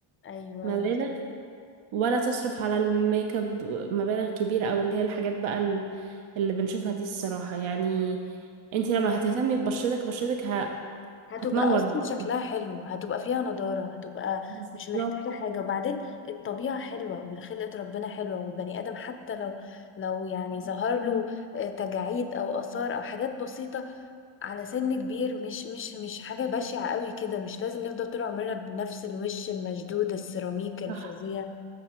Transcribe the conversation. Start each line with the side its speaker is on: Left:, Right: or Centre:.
Left: ايوه
Right: مبالغ ولا تصرف على الميك اب مبالغ كبيرة او اللي هي الحاجات بقى ال- اللي بنشوفها دي الصراحة يعني انت لما هتهتمي ببشرتك بشرتك ه...
Left: هتبقى
Right: هتنور
Left: اصلا
Right: لوحدها
Left: شكلها حلو هتبقى فيها نضارة هتبقى
Right: بالظبط
Left: مش محتاجة حاجة وبعدين الطبيعة حلوة وخلقة ربنا حلوة والبني ادم حتى لو لو يعني ظهر له آه، تجاعيد او اثار او حاجات بسيطة على سن كبير مش مش مش حاجة بشعة قوي كده مش لازم نفضل طول عمرنا بنفس الوش المشدود السيراميك الفظيع
Right: صح